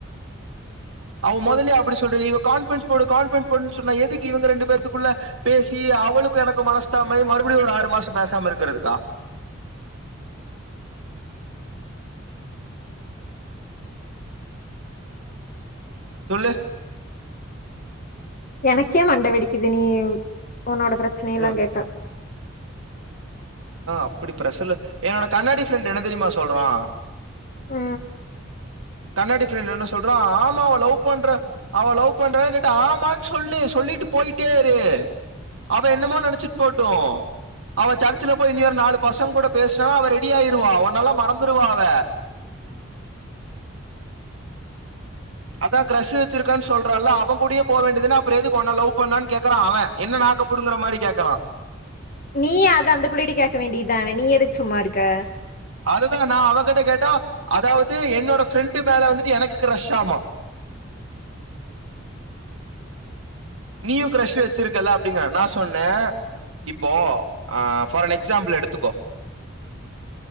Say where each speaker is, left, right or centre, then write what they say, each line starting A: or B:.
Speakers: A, on the right; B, on the left.
A: அவ மொதலே அப்புடி சொல்லி இவ கான்ஃபிரன்ஸ் போடு கான்ஃபிரன்ஸ் போடு சொன்ன எதுக்கு இவங்க ரெண்டு பேத்துகுள்ள பேசி அவளுக்கு எனக்கு மனசு தாபமாயி மறுபடியு ஒரு ஆறு மாச பேசாமருக்குறதுக்கா சொல்லு
B: எனக்கே மண்டே வெடிக்குது நீ உன்னோட பிரச்சனையெல்லா
A: இதான்
B: கேட்டா
A: அப்புடி பிரஸலு என்னோட கண்ணாடி ஃப்ரெண்ட்டு என்ன தெரியுமா சொல்றா
B: ஆ
A: கண்ணாடி ஃப்ரெண்ட் என்ன சொல்றா ஆமா அவ்ள லவ் பண்ற அவ லவ் பண்றோ கேட்டா ஆமானு சொல்லு சொல்லிட்டு போயிட்டேயிரு அவ என்னமோ நெனச்சிட் போட்டு அவ சர்ச்சுல போய் நியர் நாலு பசங்க கூட பேசுனா அவ ரெடியாயிருவா ஒன்னெல்லா மறந்துருவா அவ அத கிரஷு வச்சிருக்குறே சொல்றால்ல அவன் கூடயே போ வேண்டியதனே அப்புற எதுக் ஒண்ண லவ் பண்ணான்னு கேக்குறா அவன் என்ன நாக்கப்புடுங்குற மாரி கேக்குறா
B: நீ அத அந்த புள்ளைட்ட கேக்க வேண்டியதானே நீ எதுக்கு சும்மாருக்க
A: அதுதா நா அவகிட்ட கேட்டா அதாவது என்னோட ஃப்ரெண்டு மேல வந்துட்டு எனக்கு கிரஷ்ஷாமா நீயு கிரஷ் வச்சிருக்கல்ல அப்டிங்கிறே நா சொன்னே இப்போ ஆ ஃபார் அன் எக்ஸாம்புள் எடுத்துக்கோ